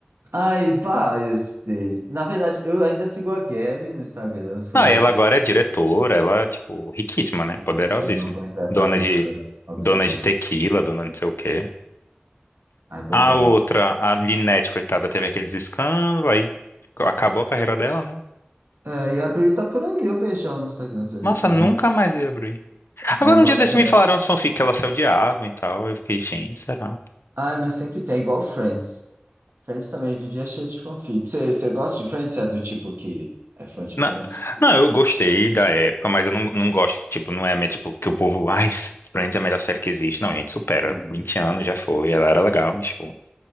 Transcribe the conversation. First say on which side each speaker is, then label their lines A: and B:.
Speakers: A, on the right; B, on the left.
A: Ai, vários deles. Na verdade, eu ainda sigo a Gabi no Instagram. Eu sou,
B: Não, ela
A: eu
B: agora
A: sou
B: é diretora, ela, tipo, riquíssima, né?
A: BR,
B: Poderosíssima.
A: meu projeto
B: Dona
A: tava em
B: de,
A: Cannes no final
B: dona
A: de semana.
B: de tequila, dona de não sei o quê.
A: Aí, por
B: A
A: exemplo.
B: outra, a Linette, coitada, teve aqueles escândalos, aí acabou a carreira dela, né?
A: É, e a Bri tá por aí, eu vejo ela no Instagram às vezes
B: Nossa,
A: também.
B: nunca mais ia abrir. Agora,
A: Mas,
B: um
A: nossa,
B: dia desse me falaram as fanfic que ela se odiava e tal. Eu fiquei, gente, será?
A: ai, mas sempre tem, igual Friends. Friends também vivia cheio de fanfic. Você você gosta de Friends? Você é do tipo que é fã de
B: Não,
A: Friends?
B: não, eu gostei da época, mas eu não, não gosto, tipo, não é minha, tipo, que o povo, ai, Friends é a melhor série que existe. Não, gente, supera.
A: Uhum.
B: 20 anos já foi, ela era legal, mas, tipo.